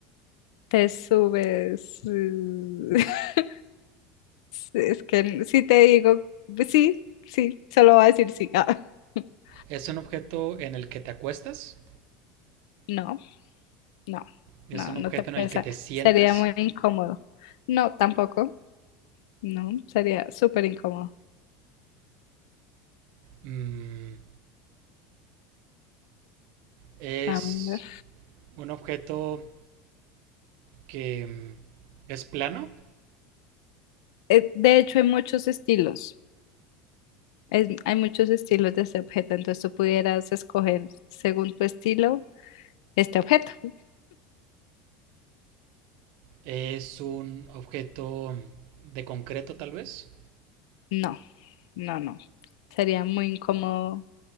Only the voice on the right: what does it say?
es un objeto en el que te acuestas,
es
un
objeto
en el que te sientas,
Mm, es
un objeto que mm, es plano,
es un objeto de concreto tal vez,